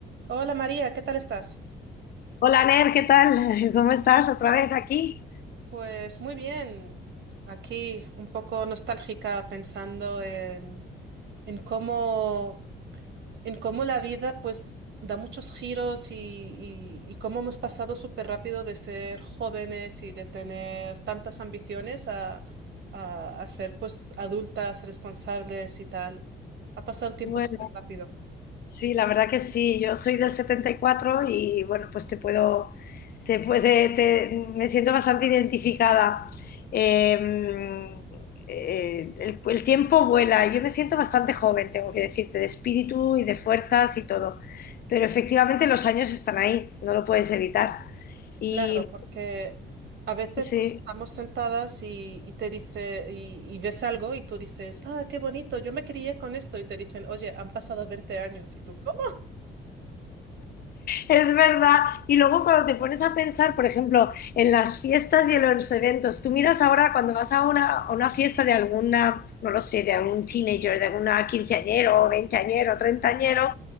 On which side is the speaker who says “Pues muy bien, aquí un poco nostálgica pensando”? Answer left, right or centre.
Right